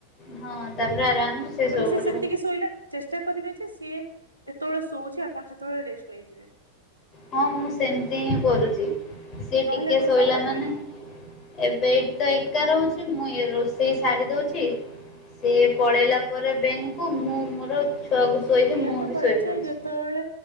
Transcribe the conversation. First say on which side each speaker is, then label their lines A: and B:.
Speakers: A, on the left (about 30°); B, on the left (about 85°).
A: ହଁ ତାପରେ ଆରାମରେ ଶୋଇପଡିବ
B: ତେଣୁ ସେ ସେତିକି ଶୋଇଲା ଚେଷ୍ଟା କରିବେ ଯେ ଏ ସିଏ ଯେତେବେଳେ ଶୋଉଛି ଆପଣ ସେତେବେଳେ ରେଷ୍ଟ ନେଇଯିବେ।
A: ହଁ ମୁଁ ସେମିତି ହିଁ କରୁଛି। ସିଏ
B: ନହେଲେ
A: ଟିକେ
B: ଆପଣ
A: ଶୋଇଲା
B: ଶୋଇପାରିବେନି
A: ମାନେ ଏବେ ଏଇଠି ତ ଏକା ରହୁଛି ମୁଇଁ ସିଏ ରୋଷେଇ ସାରି ଦଉଛି ସେ ପଳେଇଲା ପରେ ବ୍ୟାଙ୍କକୁ ମୁଁ ମୋର ଛୁଆକୁ ଶୋଇକି
B: ସେଇଆା
A: ମୁଁ
B: ତ
A: ବି
B: କରାଯାଏ
A: ଶୋଇପଡୁଛି।
B: ଯେତବେଳେ